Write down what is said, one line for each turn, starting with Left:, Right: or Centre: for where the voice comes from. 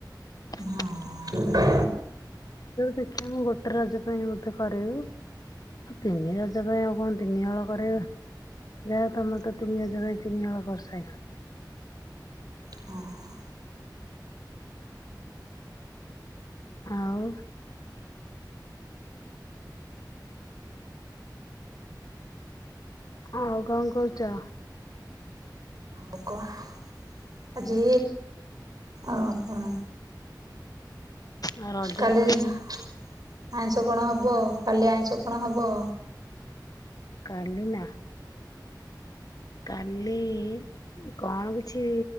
Left: <unintelligible>
Right: ହଁ
Left: ଦେଖିଆ ମୁଁ ଗୋଟେ ରଜ ପାଇଁ ମୋତେ କରିବୁ ଆଉ ତିନି ରଜ ପାଇଁ ଆଉ କଣ ତିନି ହଳ କରିବେ ଯାହା ହଉ ତମର ତ ତିନି ରଜ ପାଇଁ ତିନି ହଳ କରିସାଲ
Right: ହଁ
Left: ଆଉ ଆଉ କଣ କହୁଛ
Right: ଆଉ କଣ ଆଜି ଆଉ କଣ
Left: ଆଉ ରଜ
Right: କାଲି
Left: ପାଇଁ
Right: ଆଇଁଷ କଣ ହବ କାଲି ଆଇଁଷ କଣ ହବ?
Left: କାଲି ନା କାଲି କଣ କିଛି